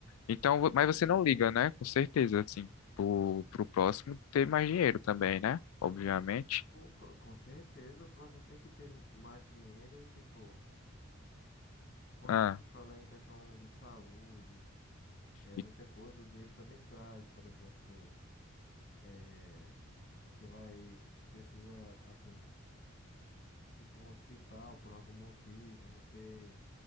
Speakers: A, on the left (about 85°); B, on the left (about 45°).
A: Então, vo- mas
B: com
A: você
B: certeza.
A: não liga, né? Com certeza, assim, pro, pro próximo ter mais dinheiro também, né? Obviamente.
B: O, pro- com certeza, o próximo tem que ter mais dinheiro e, tipo, Quando
A: Ah,
B: se fala em questão de saúde, é
A: e-
B: muita coisa, o dinheiro também traz, por exemplo, eh, você vai, precisa, assim, ir para um hospital por algum motivo, você,